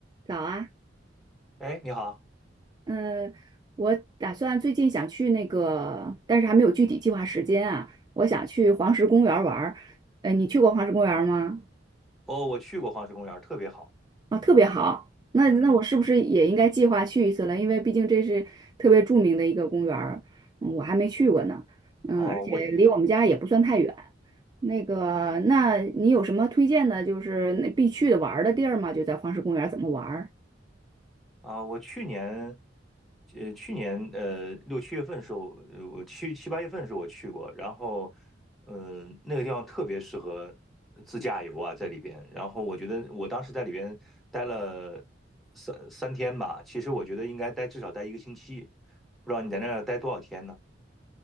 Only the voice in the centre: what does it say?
哎，你好，
哦，我去过黄石公园儿，特别好。
嗯哼，
哦，
我
啊、我去年，呃，去年呃六七月份的时候，呃我去七八月份的时候我去过，然后，嗯、那个地方特别适合自驾游啊，在里边。然后我觉得我当时在里边待了三三天吧，其实我觉得应该待至少待一个星期，不知道你在那儿待多少天呢？